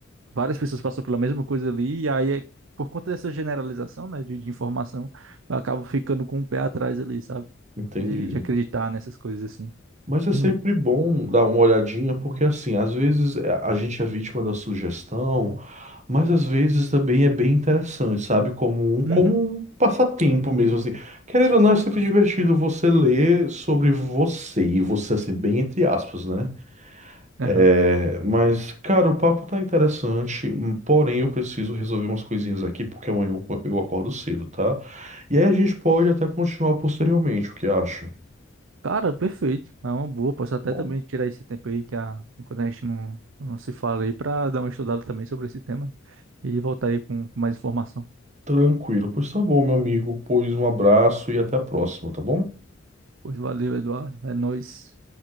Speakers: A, on the right; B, on the right.
A: várias pessoas passam pela mesma coisa ali, e aí é por conta dessa generalização, né, de, de informação, eu acabo ficando com o pé atrás ali, sabe?
B: Entendi.
A: De, de acreditar nessas coisas assim,
B: Mas é
A: entendeu?
B: sempre bom dar uma olhadinha, porque assim, às vezes é, a gente é vítima da sugestão, mas às vezes também é bem interessante, sabe? Como um, como
A: Uhum,
B: um passatempo mesmo, assim. Querendo ou não, é sempre divertido você ler sobre você, e você, assim, bem entre aspas, né?
A: aham.
B: É, mas, cara, o papo tá interessante, hum, porém eu preciso resolver umas coisinhas aqui, porque amanhã eu, co- eu acordo cedo, tá? E aí a gente pode até continuar posteriormente, o que acha?
A: Cara, perfeito. É uma boa. Posso até
B: Tá bom?
A: também tirar esse tempo aí que a, enquanto a gente não, não se fala aí pra dar uma estudada também sobre esse tema e voltar aí com mais informação.
B: Tranquilo. Pois tá bom, meu amigo. Pois um abraço e até a próxima, tá bom?
A: Pois valeu, Eduardo. É nóis.